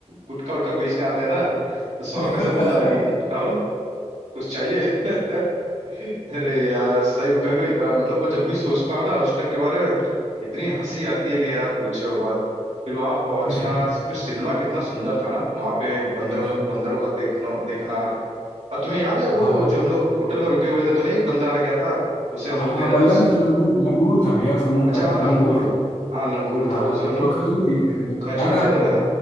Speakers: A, on the right (about 75°); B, on the left (about 80°).
A: गुटखा उटखा बेचने आते हैं ना
B: <laughs>
A: तो सौरभ
B: अरे
A: कैसे बोल रहा है कि राहुल कुछ चाहिए <laughs> अरे यार सही में कभी कभी अ, मतलब मैं जब भी सोचता हूँ ना उस ट्रिप के बारे में इतनी हंसी आती है कि यार पूछो मत फिर वहां पहुंचना
B: भैया
A: फिर शिमला कितना सुंदर था ना वहां पे बंदरों
B: भैया शिवराम।
A: बंदरों का देखना देखना और तुम्हें याद है वो
B: हाँ
A: जो हम लोग होटल में रुके हुए थे तो नहीं एक बंदर आ गया था उसे हम
B: हाँ
A: लोग
B: हाँ
A: दे रहे
B: बंदर
A: थे उस
B: नहीं था लंगूर लंगूर था भैया उसका मुंह
A: अच्छा
B: काला
A: हाँ लंगूर
B: था लंगूर था
A: हाँ लंगूर
B: हाँ
A: था तो उसे
B: उसको
A: हम लोग
B: खजूर दिए थे हम लोग
A: खजूर
B: याद है
A: दे
B: आपको
A: रहे थे ना